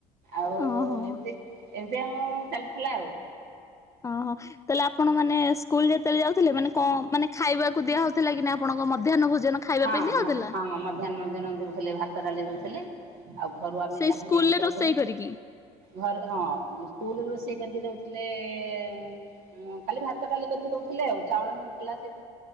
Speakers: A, on the right (about 70°); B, on the left (about 20°).
A: ଆଉ
B: ଓହୋ
A: ଏମିତି। ଏମିତି ଆମ ଚାଲିଥିଲା ଆଉଁ।
B: ଅଁ ହଁ ତାହେଲେ ଆପଣ ମାନେ ସ୍କୁଲରେ ଯେତେବେଳେ ଯାଉଥିଲେ ମାନେ କଣ ମାନେ ଖାଇବାକୁ ଦିଆ ହଉଥିଲା କି ନାଁ ଆପଣଙ୍କ ମଧ୍ୟାହ୍ନ ଭୋଜନ। ଖାଇବା
A: ହଁ
B: ପାଇଁ ଦିଆ
A: ମଁ
B: ହଉଥିଲା?
A: ହଁ ମମଧ୍ୟାହ୍ନ ଭୋଜନ ଦଉଥିଲେ ଭାତ ଡାଲି ଦଉଥିଲେ। ଆଉ ଘରୁ ଆମେ
B: ସେଇ
A: ଯାହା
B: ସ୍କୁଲରେ
A: ନେଇକି ଯାଉଥୁଲେ।
B: ରୋଷେଇ କରିକି
A: ଘରେ ହଁ ସ୍କୁଲ ରୋଷେଇ କରିକି ଦଉଥିଲେଏଁ। ଉଁ ଖାଲି ଭାତ ଡାଲି କରିକି ଦଉଥିଲେ ଆଉ ଚାଉଁଳ ମିଳୁଥିଲା। ସେଠୁଁ